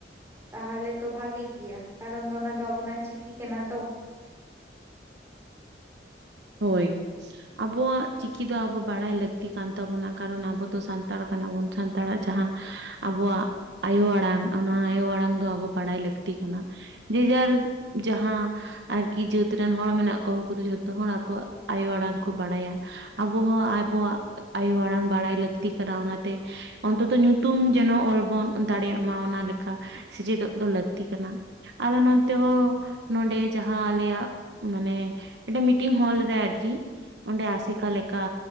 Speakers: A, on the right (about 15°); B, on the right (about 75°).
A: ᱛᱟᱦᱚᱞᱮ ᱛᱚ ᱵᱷᱟᱜᱤ ᱜᱮᱭᱟ, ᱠᱟᱨᱚᱱ ᱫᱚ ᱚᱱᱟ ᱫᱚ ᱟᱵᱚᱱᱟᱜ ᱪᱤᱠᱤ ᱠᱟᱱᱟ ᱛᱚ᱾
B: ᱦᱳᱭ᱾ ᱟᱵᱚᱣᱟᱜ ᱪᱤᱠᱤ ᱫᱚ ᱟᱵᱚ ᱵᱟᱲᱟᱭ ᱞᱟᱹᱠᱛᱤ ᱠᱟᱱ ᱛᱟᱵᱚᱱᱟ ᱠᱟᱨᱚᱱ ᱟᱵᱚ ᱫᱚ ᱥᱟᱱᱛᱟᱲ ᱠᱟᱱᱟᱵᱚᱱ ᱥᱟᱱᱛᱟᱲᱟᱜ ᱡᱟᱦᱟᱸᱼᱼ ᱟᱵᱚᱣᱟᱜ ᱟᱭᱳ ᱟᱲᱟᱝ ᱚᱱᱟ ᱟᱭᱳ ᱟᱲᱟᱝ ᱫᱚ ᱟᱵᱚ ᱵᱟᱲᱟᱭ ᱞᱟᱹᱠᱛᱤ ᱠᱟᱱᱟ᱾ ᱡᱮᱡᱟᱨ ᱡᱟᱦᱟᱸ ᱟᱨᱠᱤ ᱡᱟᱹᱛ ᱨᱮᱱ ᱦᱚᱲ ᱢᱮᱱᱟᱜ ᱠᱚ ᱩᱱᱠᱩ ᱫᱚ ᱡᱷᱚᱛᱚ ᱦᱚᱲᱼᱼ ᱟᱠᱚᱶᱟᱜ ᱟᱭᱳ ᱟᱲᱟᱝ ᱠᱚ ᱵᱟᱲᱟᱭᱟ, ᱟᱵᱚ ᱦᱚᱸ ᱟᱵᱚᱣᱟᱜ ᱟᱭᱳ ᱟᱲᱟᱝ ᱵᱟᱲᱟᱭ ᱞᱟᱹᱠᱛᱤ ᱠᱟᱱᱟ ᱚᱱᱟᱛᱮᱼᱼ ᱚᱱᱛᱚᱛᱚ ᱧᱩᱛᱩᱢ ᱡᱮᱱᱚ ᱚᱞ ᱵᱚᱱ ᱫᱟᱲᱮᱭᱟᱜ ᱢᱟ ᱚᱱᱟ ᱞᱮᱠᱟ ᱥᱮᱪᱮᱫᱚᱜ ᱫᱚ ᱞᱟᱹᱠᱛᱤ ᱠᱟᱱᱟ᱾ ᱟᱞᱮ ᱱᱚᱱᱛᱮ ᱦᱚᱸ ᱱᱚᱰᱮ ᱡᱟᱦᱟᱸ ᱟᱞᱮᱭᱟᱜ ᱢᱟᱱᱮ ᱢᱤᱫᱴᱮᱱ ᱢᱤᱴᱤᱝ ᱦᱚᱞᱼᱼ ᱨᱮ ᱟᱨᱠᱤ ᱚᱸᱰᱮ ᱟᱥᱮᱠᱟ ᱞᱮᱠᱟ